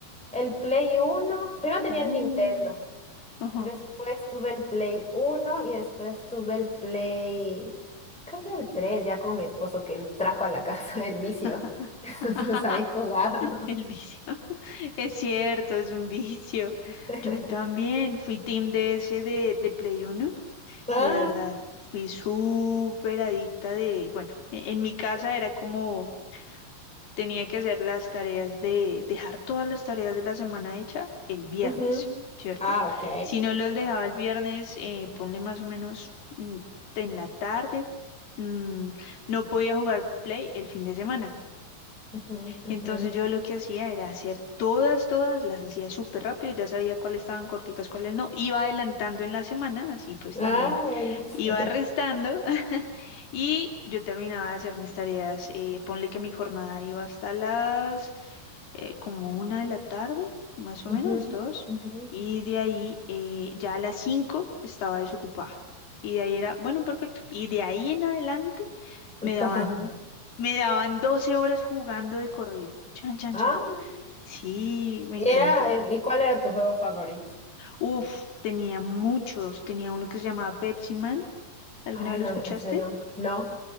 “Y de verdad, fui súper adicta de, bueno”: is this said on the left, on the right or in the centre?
Left